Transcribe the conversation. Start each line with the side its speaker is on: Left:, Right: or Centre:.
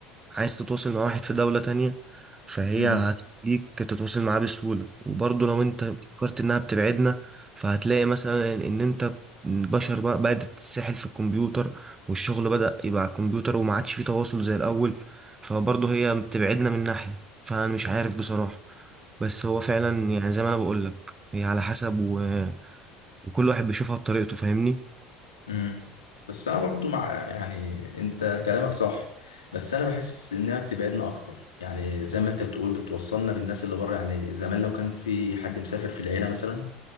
Right: عايز تتواصل مع واحد في دولة تانية فهي
Left: امم
Right: هتخليك تتواصل معاه بسهولة وبرضو لو انت فكرت انها بتبعدنا فهتلاقي مثلا ان انت البشر بقى بدأت تتسحل في الكمبيوتر والشغل بدأ يبقى على الكمبيوتر وما عادش فيه تواصل زي الأول فبرضو هي بتبعدنا من ناحية فأنا مش عارف بصراحة بس هو فعلا يعني زي ما انا بقول لك هي على حسب و... وكل واحد بيشوفها بطريقته فاهمني
Left: امم بس انا برضو مع يعني انت كلامك صح بس انا بحس انها بتبعدنا اكتر يعني زي ما انت بتقول بتوصلنا بالناس اللي بره يعني زمان لو كان في حد مسافر في العيله مثلا